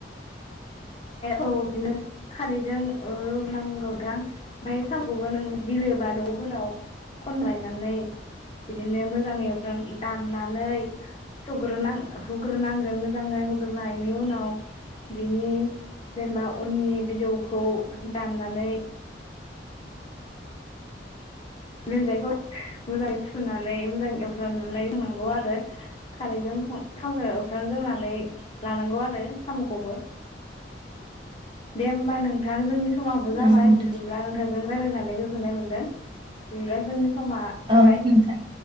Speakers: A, on the left; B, on the right.
A: औ बिदिनो खारैजों रुनांगौथां ओमफाय सामुखौबो नों बिलो बा दगफोराव खनलायनानै बिदिनो मोजाङै दाननानै सुग्रोनांग हुग्रोनांगोन मोजाङै हुग्रोनायनि उनाव बिनि जेनेबा उननि बिजौखौ दाननानै लानजायखौ मोजाङै सुनानै मोजां एवफ्रामनानै <unintelligible> आरो खारैजों थावजों एवस्रांग्रनानै लानांगौ आरो सामखौबो दे होमबा नोंथां जोंनि समाबो जाबाय
B: औ नोंथां
A: बिदिब्ला नोंथांजों रायलायनानै गो होनाय मोनदों <unintelligible> जों समा जाबाय
B: औ नोंथां